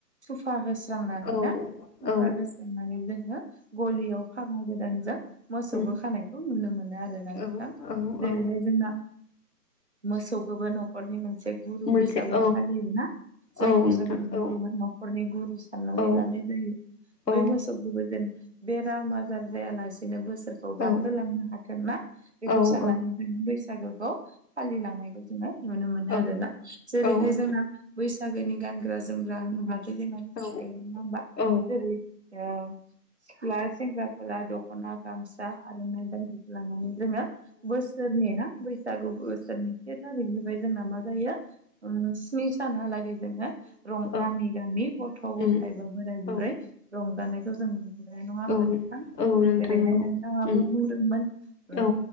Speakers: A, on the right (about 45°); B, on the left (about 80°).
A: <unintelligible> दुफा होस्रांनानै
B: औ
A: ना दुफा
B: औ
A: होस्रांनानै जों गलियाव फागा गोदानजों मोसौखौ
B: उम
A: खानायखौ नुनो मोनो आरोना नोंथां
B: औ औ
A: जेरैहाय
B: औ
A: जोंना मोसौखोबो नखरनि मोन से गुरु
B: मोनसे
A: हिसाबै
B: औ
A: फालियो ना? जायखौ
B: औ नोंथां
A: जों
B: औ
A: गुरु नखरनि गुरु साननानै
B: औ
A: लानाय जायो। बै
B: औ
A: मोसौखौबो जेन बेराम आजार जायालासेनो बोसो सोरखौ बारहोलांनो
B: औ
A: हाथों ना बेखौ
B: औ नोंथां औ औ
A: सानना जों बैसा <unintelligible> फालिलांनायखौ जोङो नुनो मोनो
B: औ
A: आरो ना जेरैहाय
B: औ नोंथां
A: बैसागोनि गानग्रा जोमग्रा होनोब्ला जे जोंहा मिथिखायो
B: औ
A: नङा होमबा
B: औ
A: जेरै ओ <inaudible> सिख्ला सेंग्राफोरा दख'ना गामसा आर'नाइ बायदिखौ लांनानै जोङो बोसोरनि ना बैसागु बोसोरनि से थारिखनिफ्राय जोंना मा जायो ओ स्नि सानहालागै जोङो रं गामि
B: औ
A: गामि गथ' गथाय
B: उम
A: बा बोराय
B: औ
A: बुरै रंजानायखौ जों नुनो मोनो नङा होमबा
B: औ
A: नोंथां।
B: औ नोंथां
A: जेरैहाय
B: नंगौ
A: नोंथाङाबो
B: उम
A: बुंदोंमोन ओ
B: औ